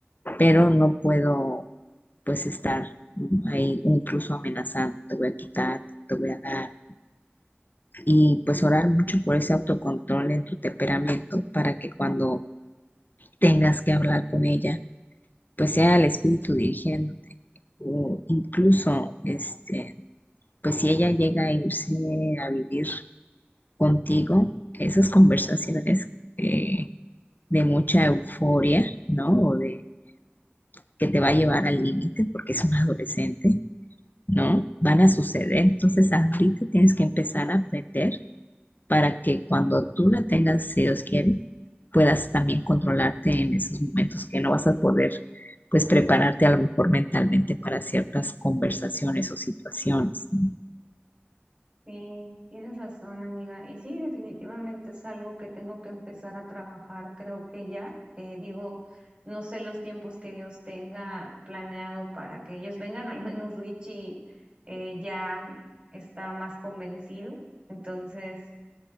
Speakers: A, on the left; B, on the right.
A: pero no puedo pues estar ¿no? ahí incluso amenazando, te voy a quitar, te voy a dar. Y pues orar mucho por ese autocontrol en tu temperamento para que cuando tengas que hablar con ella, pues sea el espíritu dirigiéndote. O incluso, este, pues si ella llega a irse a vivir contigo, esas conversaciones eh, de mucha euforia, ¿no? O de que te va a llevar al límite porque es un adolescente, ¿no? Van a suceder. Entonces, ahorita tienes que empezar a aprender para que cuando tú la tengas, si Dios quiere, puedas también controlarte en esos momentos que no vas a poder, pues, prepararte a lo mejor mentalmente para ciertas conversaciones o situaciones, ¿no?
B: Sí, tienes razón, amiga. Y sí, definitivamente es algo que tengo que empezar a trabajar. Creo que ya, eh, digo, no sé los tiempos que Dios tenga planeado para que ellos vengan. Al menos Richie eh, ya está más convencido. Entonces,